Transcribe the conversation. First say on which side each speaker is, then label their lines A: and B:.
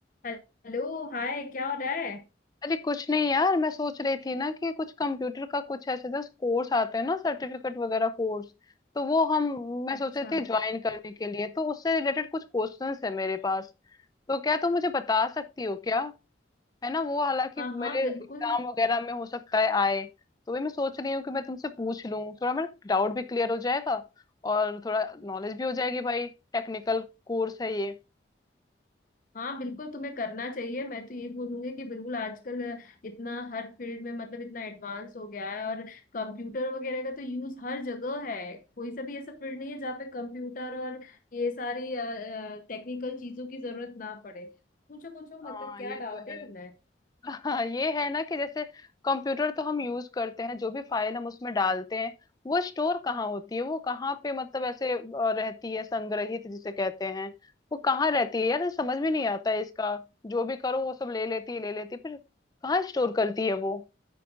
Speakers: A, on the left (about 45°); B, on the left (about 20°).
A: Hello Hi क्या हो रहा है
B: अरे कुछ नहीं यार मैं सोच रही थी ना कि कुछ कंप्यूटर का कुछ ऐसे जैसे कोर्स आते हैं ना सर्टिफिकेट वगैरह कोर्स तो वो हम मैं
A: अच्छा
B: सोच रही थी ज्वाइन करने के लिए तो उससे रिलेटेड कुछ क्वेश्चंस है मेरे पास तो क्या तुम मुझे बता सकती हो क्या है ना वो हालांकि
A: हाँ
B: मेरे
A: हाँ बिल्कुल
B: एग्जाम वगैरह में हो सकता है आए तो भी मैं सोच रही हूँ कि मैं तुमसे पूछ लूँ थोड़ा मेरा डाउट भी क्लियर हो जाएगा और थोड़ा नॉलेज भी हो जाएगी भाई टेक्निकल कोर्स है ये
A: हाँ बिल्कुल तुम्हें करना चाहिए मैं तो ये बोलूंगी कि बिल्कुल आजकल इतना हर फील्ड में मतलब इतना एडवांस हो गया है और कंप्यूटर वगैरह का तो यूज हर जगह है कोई सा भी ऐसा फील्ड नहीं है जहाँ पे कंप्यूटर और ये सारी टेक्निकल चीजों की जरूरत ना पड़े पूछो पूछो
B: हाँ
A: मतलब क्या
B: ये
A: डाउट
B: तो
A: है
B: है
A: तुम्हें
B: हाँ ये है ना कि जैसे कंप्यूटर तो हम यूज करते हैं जो भी फाइल हम उसमें डालते हैं वो स्टोर कहाँ होती है वो कहाँ पे मतलब ऐसे अ, रहती है संग्रहित जिसे कहते हैं वो कहाँ रहती है यार ये समझ में नहीं आता है इसका जो भी करो वो सब ले लेती है ले लेती है फिर कहाँ स्टोर करती है वो